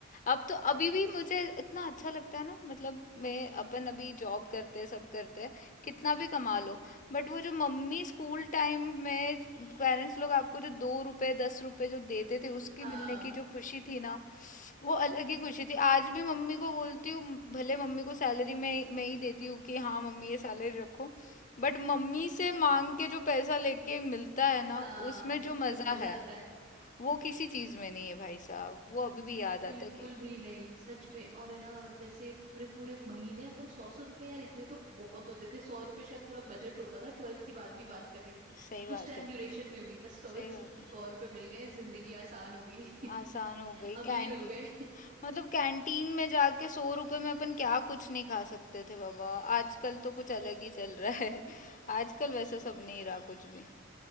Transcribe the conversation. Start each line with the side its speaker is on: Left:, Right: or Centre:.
Left: अब तो
Right: अ,
Left: अभी भी
Right: उस-
Left: मुझे इतना अच्छा लगता है ना मतलब मैं
Right: हम्म
Left: अपन अभी जॉब करते हैं सब करते हैं कितना
Right: हम्म
Left: भी कमा लो बट वो जो मम्मी स्कूल टाइम में पेरेंट्स लोग आपको जो दो रुपए दस रुपए जो देते थे उसकी
Right: हाँ
Left: मिलने की जो खुशी थी ना वो अलग
Right: हम्म
Left: ही खुशी थी आज भी मम्मी को बोलती हूँ म- भले मम्मी को सैलरी मैं ही- मैं ही देती हूँ कि हाँ मम्मी ये सैलरी
Right: हम्म
Left: रखो बट मम्मी से मांग के जो पैसा लेके मिलता है ना
Right: हाँ
Left: उसमें जो मजा
Right: जो मजा
Left: है
Right: आता है
Left: वो किसी चीज में नहीं है भाई साहब वो अभी भी याद
Right: बिल्कुल
Left: आता है कि
Right: भी नहीं सच में और है ना जैसे पूरे पूरे महीने अपन सौ सौ रुपए यार इतने तो बहुत होते थे सौ रुपए शायद पूरा बजट होता था ट्वेल्थ के बाद भी बात कर रही हूँ
Left: सही बात
Right: उस टाइम
Left: है
Right: ड्यूरेशन में भी बस सौ
Left: सही बात है
Right: सौ रुपए मिल गए जिंदगी आसान हो गई <laughs>
Left: आसान हो गई
Right: अमीर
Left: कैंटीन
Right: हो गए
Left: मतलब कैंटीन में जाके सौ रुपए में अपन क्या कुछ नहीं खा सकते थे बाबा आजकल तो कुछ
Right: ओ
Left: अलग ही चल रहा है आजकल वैसा सब नहीं रहा कुछ भी